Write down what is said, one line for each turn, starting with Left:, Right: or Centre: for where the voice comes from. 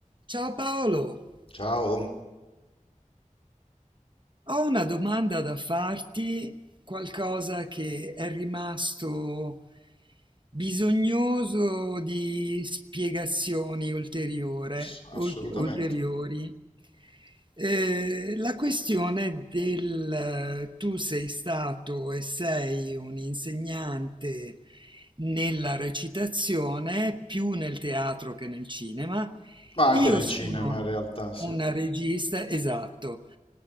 Right: Ciao Paolo,
Left: Ciao,
Right: ho una domanda da farti, qualcosa che è rimasto bisognoso di spiegazioni ulteriore-
Left: S- assolutamente.
Right: ult- ulteriori. Eh, la questione del eh, tu sei stato e sei un insegnante nella recitazione, più nel teatro che nel cinema.
Left: Ma anche
Right: Io
Left: nel
Right: sono
Left: cinema in realtà, sì.
Right: una regista, esatto.